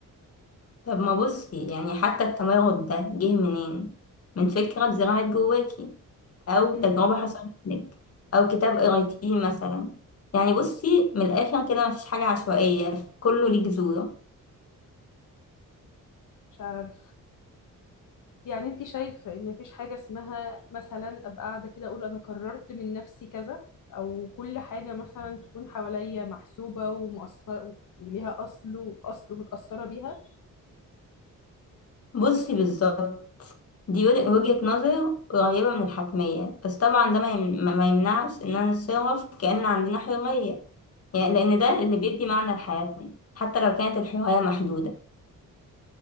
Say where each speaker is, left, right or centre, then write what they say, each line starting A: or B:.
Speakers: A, on the left; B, on the left.
A: طب ما بصي يعني حتى التمرد ده جه منين من فكرة اتزرعت جواكي أو
B: مم،
A: تجربة حصلت لك أو كتاب قريتيه مثلا يعني بصي من الآخر كده مفيش حاجة عشوائية كله ليه جذور
B: مش عارف يعني انت شايفة ان مفيش حاجة اسمها مثلا ابقى قاعدة كده اقول انا قررت من نفسي كذا او كل حاجة مثلا تكون حواليا محسوبة ومؤثرة ليها اصل واصل ومتأثرة بيها
A: بصي بالظبط دي وجه- وجهة نظر قريبة من الحتمية بس طبعا ده ما يم- ما يمنعش إننا نتصرف كأن عندنا حرية يعني لأن ده اللي بيدي معنى لحياتنا حتى لو كانت الحرية محدودة